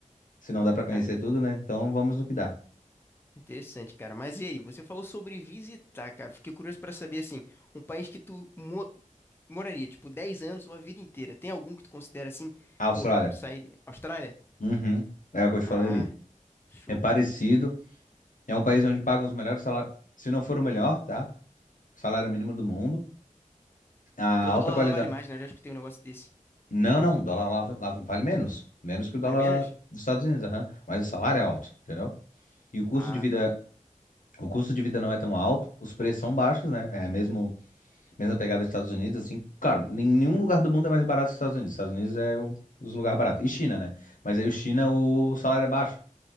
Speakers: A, on the left (about 80°); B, on the left (about 15°).
A: Se não dá pra conhecer
B: Cara,
A: tudo, né? Então vamos no que dá.
B: Interessante, cara. Mas e aí, você falou sobre visitar, cara. Fiquei curioso pra saber, assim, um país que tu mo- moraria, tipo, 10 anos ou a vida inteira. Tem algum que tu considera assim?
A: A Austrália.
B: Pô, eu sairia. Austrália?
A: Uhum. É o que eu te falei
B: Ah,
A: ali.
B: show.
A: É parecido. É um país onde pagam os melhores salários. Se não for o melhor, tá? Salário mínimo do mundo. A
B: Porque
A: alta
B: o dólar
A: qualidade.
B: lá vale mais, né? Eu já escutei um negócio desse.
A: Não, não, o dólar lá, lá vale menos. Menos que o dólar
B: Vale menos?
A: dos Estados Unidos, aham. Mas o salário
B: Hum.
A: é alto, entendeu? E o custo
B: Ah,
A: de vida,
B: tá.
A: o custo de vida não é tão alto, os preços são baixos, né? É mesmo, mesma pegada dos Estados Unidos, assim, claro, nenhum lugar do mundo é mais barato que os Estados Unidos. Os Estados Unidos é o- os lugares baratos. E China, né? Mas aí o China, o salário é baixo.